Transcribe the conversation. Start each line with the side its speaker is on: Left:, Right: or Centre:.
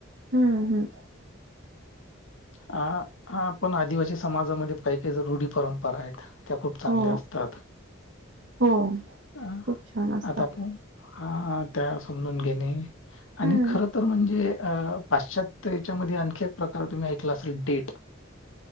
Right: हम्म हम्म
Left: हा हा पण आदिवासी समाजामध्ये काही काही रुढी परंपरा आहेत त्या खूप चांगल्या
Right: हो
Left: असतात
Right: हो
Left: आता
Right: खूप छान असतात
Left: आताण हा त्या समजून घेणे आणि
Right: हम्म
Left: खर तर म्हणजे अ पाश्चात्य याच्यामध्ये आणखी एक प्रकार तुम्ही ऐकला असेल डेट